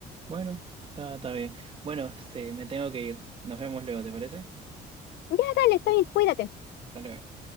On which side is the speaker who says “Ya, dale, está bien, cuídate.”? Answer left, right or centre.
Left